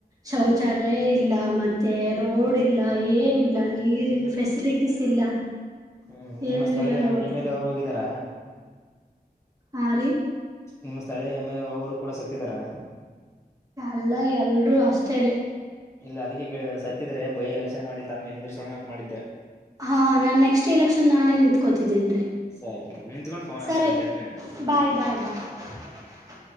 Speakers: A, on the right; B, on the left.
A: ಶೌಚಾಲಯ ಇಲ್ಲ ಮತ್ತೆ ರೋಡ್ ಇಲ್ಲ ಏನ ಲ್ಲ ನೀರಿ ಇನ್ ಫೆಸಿಲಿಟೀಸ್ ಇಲ್ಲ
B: ಹ್ಮ್ ನಿಮ್ಮ
A: ಏನು
B: ಸ್ಥಳೀಯ
A: ಇಲ್ಲ ನೋಡಿ
B: ಎಮ್ ಎಲ್ ಎ ಅವ್ರು ಹೋಗಿದಾರಾ
A: ಹಾ ರ
B: ನಿಮ್ಮ ಸ್ಥಳೀಯ ಮೇಲೆ ಅವರು ಕೂಡ ಸತ್ತಿದಾರ
A: ಎಲ್ಲ ಎಲ್ರೂ ಅಷ್ಟೇ ರ
B: ಇಲ್ಲ ಅದಕ್ಕೆ ಕೇಳಿದ ಸತ್ತಿದ್ರೆ ಬಯ ಎಲೆಕ್ಷನ್ ಮಾಡಿ ತಮಗೆ ನಿಂದಿಸೋಣ ಮಾಡಿದ್ದೆ
A: ಹಾ ನಾನ್ ನೆಕ್ಸ್ಟ್ ಎಲೆಕ್ಷನ್ ನಾನೇ ನಿತ್ಕೋತಿದ್ದೇನ್ರೀ
B: ಸರಿ ಮೇಡಮ್ ನಿಂತ್ಕೊಂಡು ಫೋನ್ ಹಚ್ಚಿ
A: ಸರಿ
B: ನಮ್ಗೆ ಎದ್ಮೇಲೆ
A: ಬಾಯ್ ಬಾಯ್ ಬಾಯ್